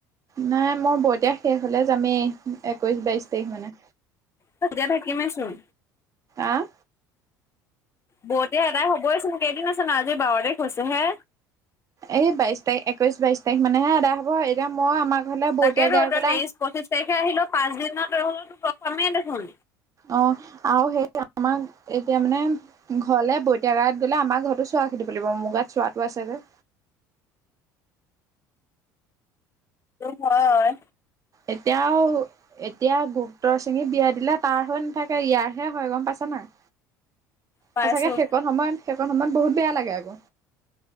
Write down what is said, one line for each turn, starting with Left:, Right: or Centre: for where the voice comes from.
Right: নাই মই বৈতিয়া শেষ হলে যামেই একৈশ বাইশ তাৰিখ মানে
Left: তেতিয়া থাকিমেই চোন
Right: আহ
Left: বৈতীয়া এডাই হ'বই চোন কেইদিন আছে ন আজি বাৰ তাৰিখ হৈছে হে
Right: এই বাইশ তাৰিখ একৈশ বাইশ তাৰিখ মানেহে আদা হ'ব এতিয়া মই আমাৰ ঘৰলে
Left: তাকেতো
Right: বৈতীয়া গাই
Left: তই
Right: কলা
Left: তেইশ পঁচিশ তাৰিখে আহিলও পাঁচ দিনত ৰলো তো প্ৰথমেই দেখোন
Right: অ আৰু সেই আমাক এতিয়া মানে ঘৰলে বৈতিয়া গাৰত গ'লে আমাৰ ঘৰতো চোৱা খেদিব লাগিব মোৰ গাত চোৱাটো আছে যে
Left: হয়
Right: এতিয়াও এতিয়া গুপ্ত সিঙী বিয়া দিলে তাৰ হৈ নাথাকে ইয়াৰহে হয় গম পাইছা নাই
Left: পাইছো
Right: সচাকে সেইকণ সময়ত সেইকণ সময়ত বহুত বেয়া লাগে আকৌ